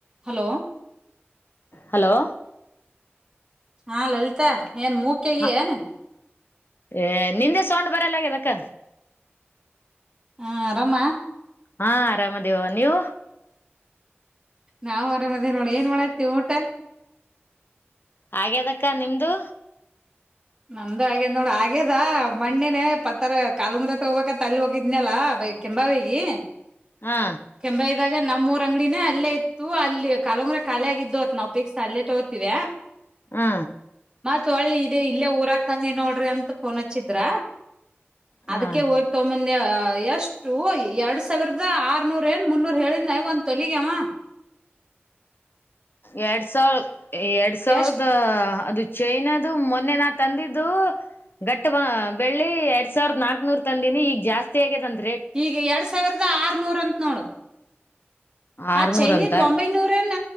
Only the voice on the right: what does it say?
ಹಲೋ
ಹಾ ಲಲಿತಾ ಏನ್ ಮೂಖಿ ಆಗಿ
ಏನ್
ಹ್ಮ ಆರಾಮ
ನಾವ ಆರಾಮ ಇದೇವಿ ನೋಡಿ ಏನ್ ಮಾಡಕ್ಕೂತಿ ಊಟ
ನಂದು ಆಗ್ಯದ್ ನೋಡ ಆಗ್ಯದ ಮಣ್ಣಿನನೆ ಪತ್ತರ ಕಾಲುಂಗ್ರ ತಗೋಬೇಕಂತ ಅಲ್ಲಿ ಹೋಗಿದ್ನಲ್ಲ ಕೆಂಬಾವಿಗೆ
ಕೆಂಭಗಲ್ ಈಗ ನಮ್ಮೂರ್ ಅಂಗಡಿನೇ ಅಲ್ಲೇ ಇತ್ತು ಅಲ್ಲಿ ಕಲಂಗ್ರ ಕಲೆ ಆಗಿದ್ದವತ್ ನಾವು ಪಿಕ್ಸ್ ಅಲ್ಲೇ ತಗೋತತಿವ
ತೊಲಿತ್ದೆ ಇಲ್ಲ ಊರಾಗ್ ತಂದಿ ನೋಡ್ರಿ ಅಂತ್ ಫೋ ಹಚ್ಚಿದ್ರ ಅದಕ್ಕೆ
ಹೋಯ್ ತಗೋ ಬಂದೆ ಹ್ ಎಷ್ಟು ಎರಡ್ ಸಾವಿರದ ಆರೂನೂರ್ ಏನ್ ಮುನ್ನೂರ್ ಹೇಳಿದ ಒಂದ ತೊಲಗವ
ಎಷ್ಟ್
ಈಗ ಎರಡ್ ಸಾವಿರ್ದ್ ತ ಆರುನೂರ್ ಅಂತ್ ನೋಡು ಆ
ಚೈನದು
ಒಂಬೈನೂರ ನ